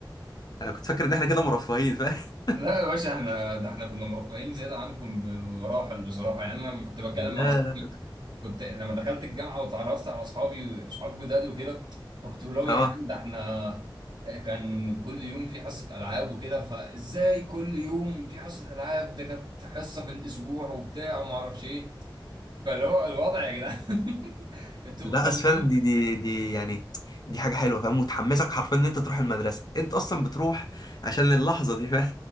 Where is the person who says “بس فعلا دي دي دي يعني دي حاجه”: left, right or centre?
Left